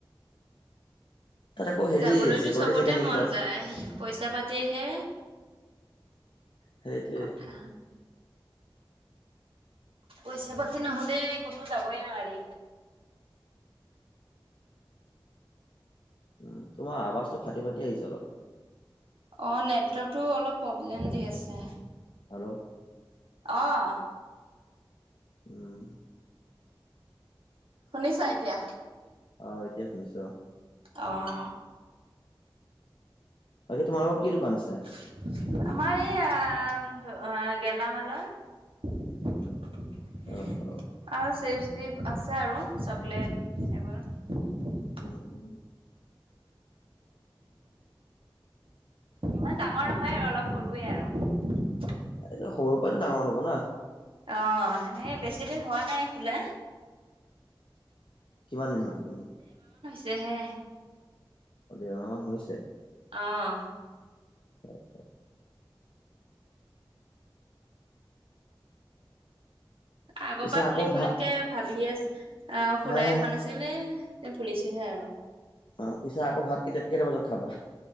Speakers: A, on the left; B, on the right.
A: তাত আকৌ হেৰি
B: যাবলৈতো
A: চিকৰিটি
B: চবতে
A: থাকে নেকি
B: মন
A: তাত
B: যায় পইচা পাতিৰহে।
A: সেইটোৱে
B: কথা। পইচা পাতি নহলে ক'তো যাবই নোৱাৰি।
A: উ তোমাৰ আৱাজটো ফাটি ফাটি আহিছে অলপ।
B: অ নেটৱৰ্কটো অলপ প্ৰব্লেম দি আছে।
A: হেল্ল'।
B: অঁ।
A: উম।
B: শুনিছা এতিয়া।
A: অ এতিয়া শুনিছো অ।
B: আহ।
A: বাকি তোমাৰোকৰ কি দোকান আছে।
B: আমাৰ এই আ এ গেলামালৰ। আৰু
A: অ অ
B: আছে আৰু চকলেট এইবোৰ।
A: উম উম
B: ইমান ডাঙৰ নহয় আৰু অলপ সৰুৱে আৰু
A: এইটো সৰু পৰাটো ডাঙৰ হব না।
B: অহ, সেই বেছিদিন হোৱা নাই খোলা।
A: কিমান দিন হল এনে?
B: চহে
A: অ দেৰ মাহ মান হৈছে
B: অঁ
A: অ
B: আগৰ
A: পিছে
B: পৰা
A: আকৌ
B: খুলিম খুলিম
A: ভাত
B: কে ভাবি আছ আহ খোলাই
A: হা হা
B: হোৱা নাছিলে তে খুলিছোহে আৰু
A: অ পিছে আকৌ ভাত কেইটা বজাত খাবা?